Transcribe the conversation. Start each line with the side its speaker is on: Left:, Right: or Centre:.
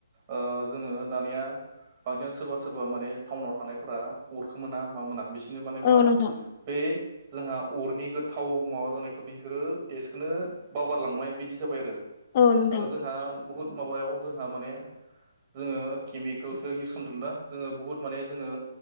Right: ओ जोङो दानिया बांसिन सोरबा सोरबा माने टाउनाव थानायफोरा अरखोमोना मा मोना बि बिसनो माने मा
Left: औ नोंथां
Right: बे जोंहा अरनि गोथाव माबा जानायखौ बिसोरो टेस्टखौनो बावगारलांबाय बिदि जाबाय आरो
Left: औ नोंथां
Right: आरो जोंहा बुहुत माबायाव जोंहा माने जोङो केमिकेलखौ इउस खालामदों दा जोङो बुहुत माने जोङो